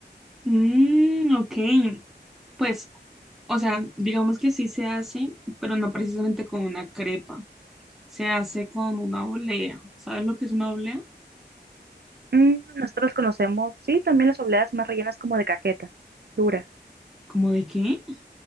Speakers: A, in the centre; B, on the right (about 65°).
A: mm, ok. Pues, o sea, digamos que sí se hace, pero no precisamente con una crepa. Se hace con una olea. ¿Sabes lo que es una olea?
B: Mm, nosotros conocemos, sí, también las obleas más rellenas como de cajeta, duras.
A: ¿Cómo de qué?